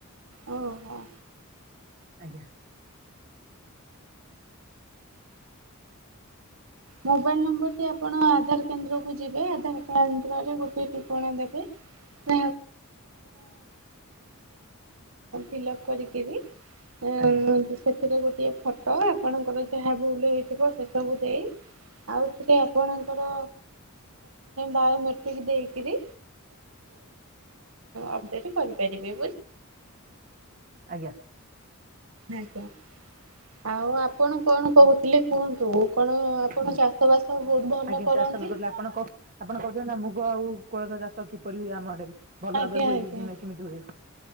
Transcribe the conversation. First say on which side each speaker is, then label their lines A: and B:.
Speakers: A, on the right (about 70°); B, on the right (about 40°).
A: ହଁ।
B: ଆଜ୍ଞା।
A: ମୋବାଇଲ ନମ୍ବର ଟି ଆପଣ ଆଧାର କେନ୍ଦ୍ରକୁୁ ଯିବେ ଆଧାର କେନ୍ଦ୍ରରେ ଗୋଟେ ଟିପ୍ପଣୀ ଦେବେ। <inaudible> ଫିଲ୍ଅପ କରି କି ସେଥିରେ
B: ଆଜ୍ଞା।
A: ଗୋଟିଏ ଗୋଟିଏ ଫଟୋ ଆପଣଙ୍କର ଯାହା ଭୁଲ ହେଇଥିବ ସେସବୁ ଦେଇ ଆଉଥରେ ଆପଣଙ୍କର ବାୟୋମେଟ୍ରିକ ଦେଇକି ଅପଡେଟ କରିପାରିବେ
B: ଆଜ୍ଞା।
A: ଆଜ୍ଞା। ଆଉ ଆପଣ କଣ କହୁଥିଲେ କୁହନ୍ତୁ କଣ ଆପଣ
B: ହୁଁ
A: ଚାଷ ବହୁତ ଭଲ
B: ଆଜ୍ଞା
A: କରନ୍ତି?
B: ଚାଷ କରୁଥିଲେ ଆପଣ କ ଆପଣ କହୁଛନ୍ତି ନା ମୁଗ ଆଉ କୋଳଥ ଚାଷ କିପରି ହୁଏ ଆମ ଆଡେ? ଭଲ
A: ଆଜ୍ଞା
B: ଭାବରେ ହୁଏ
A: ଆଜ୍ଞା
B: କି କେମିତି ହୁଏ